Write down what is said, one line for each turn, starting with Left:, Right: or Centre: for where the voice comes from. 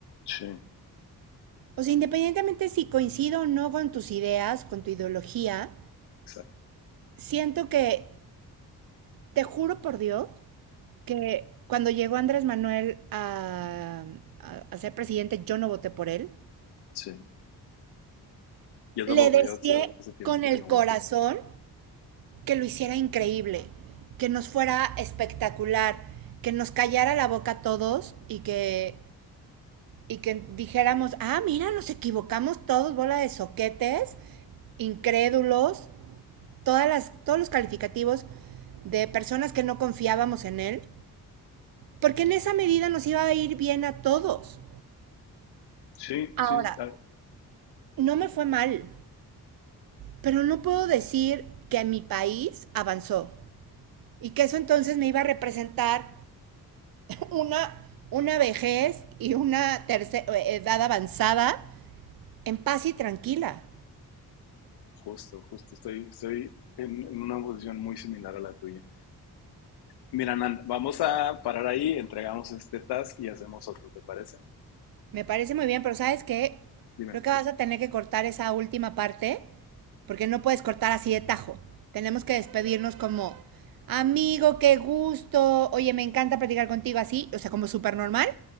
Left: Sí,
Right: O sea, independientemente si coincido o no con tus ideas, con tu ideología,
Left: exacto,
Right: siento que, te juro por Dios, que cuando llegó Andrés Manuel a, a- a ser presidente, yo no voté por él.
Left: sí. Yo tampoco,
Right: Le deseé
Left: yo hace, hace tiempo
Right: con el
Left: que no
Right: corazón
Left: voto.
Right: que lo hiciera increíble, que nos fuera espectacular, que nos callara la boca a todos y que y que dijéramos, ah, mira, nos equivocamos todos, bola de soquetes, incrédulos, todas las, todos los calificativos de personas que no confiábamos en él, porque en esa medida nos iba a ir bien a todos.
Left: Sí,
Right: Ahora,
Left: sí, está-
Right: no me fue mal, pero no puedo decir que mi país avanzó y que eso entonces me iba a representar una, una vejez y una tercera edad avanzada en paz y tranquila.
Left: justo, justo, estoy, estoy en, en una posición muy similar a la tuya. Mira, Nan, vamos a parar ahí, entregamos este task y hacemos otro, ¿te parece?
Right: Me parece muy bien, pero ¿sabes qué?
Left: Dime.
Right: Creo que vas a tener que cortar esa última parte porque no puedes cortar así de tajo. Tenemos que despedirnos como, amigo, qué gusto, oye, me encanta platicar contigo así, o sea, como súper normal,